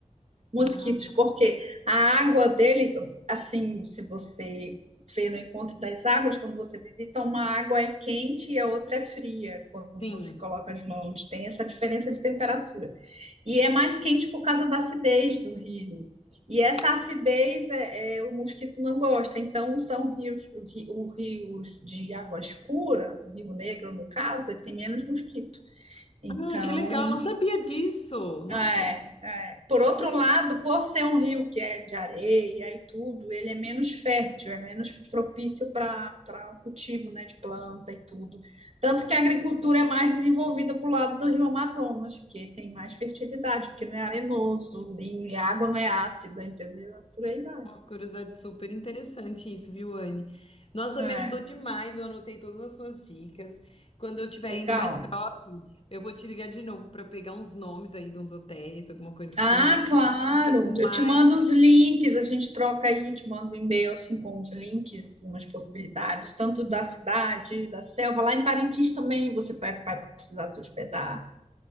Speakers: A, on the right; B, on the left.
A: mosquitos,
B: Ah,
A: porque a água dele, assim, se você vê no encontro das águas, quando você visita, uma água é quente e a outra é fria, quando
B: sim.
A: você coloca as mãos. Tem essa diferença de temperatura. E é mais quente por causa da acidez do rio. E essa acidez é, é, o mosquito não gosta. Então, são rios, o ri- rios de água escura, o Rio Negro, no caso, ele tem menos mosquito. Então,
B: Ah, que legal, não sabia disso. Nossa,
A: é por
B: bem
A: outro
B: curioso.
A: lado, por ser um rio que é de areia e tudo, ele é menos fértil, é menos propício para para o cultivo, né, de planta e tudo. Tanto que a agricultura é mais desenvolvida para o lado do rio Amazonas, porque tem mais fertilidade, porque não é arenoso, nem a água não é ácida, entendeu? É Por aí vai.
B: Uma curiosidade super interessante isso, viu, Anne? Nossa,
A: É,
B: me ajudou demais, eu anotei todas as suas dicas. Quando eu estiver
A: legal.
B: indo mais próximo, eu vou te ligar de novo para pegar uns nomes aí de uns hotéis, alguma coisa assim,
A: Ah,
B: vai
A: claro.
B: falar um pouco mais.
A: Eu te mando os links, a gente troca aí, te mando um e-mail assim com os links, umas possibilidades, tanto da cidade, da selva. Lá em Parintins também você vai, vai precisar se hospedar.